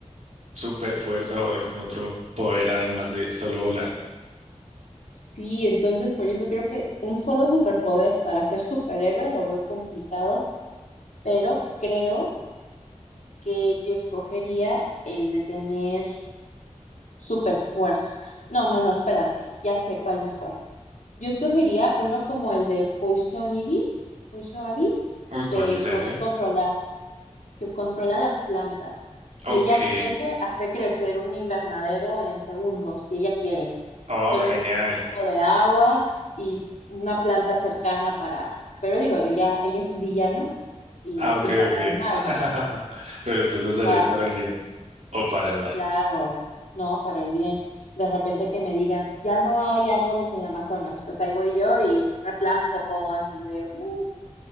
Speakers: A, on the right; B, on the left.
A: super fuerza o algún otro poder además de solo volar.
B: Sí, entonces por eso creo que un solo superpoder para ser superhéroe lo veo complicado, pero creo que yo escogería el de tener super fuerza. No, no, no, espérate, ya sé cuál mejor. Yo escogería uno como el de Poison Ivy, Poison Ivy,
A: Uy,
B: de
A: ¿cuál es ese?
B: poder controlar, que controla las plantas. Si
A: Ok.
B: ella crece, hace crecer un invernadero en segundos, si ella quiere.
A: Oh,
B: Solo
A: genial.
B: necesita un poco de agua y una planta cercana para, pero digo, ella, ella es un villano y
A: Ah,
B: las
A: ok,
B: usa
A: ok.
B: para el mal,
A: <laughs>
B: ¿no?
A: Pero tú los darías
B: Para,
A: para el bien o para el mal.
B: claro, no, para el bien. De repente que me digan, ya no hay árboles en el Amazonas, pues ahí voy yo y replanto todo así de, uh,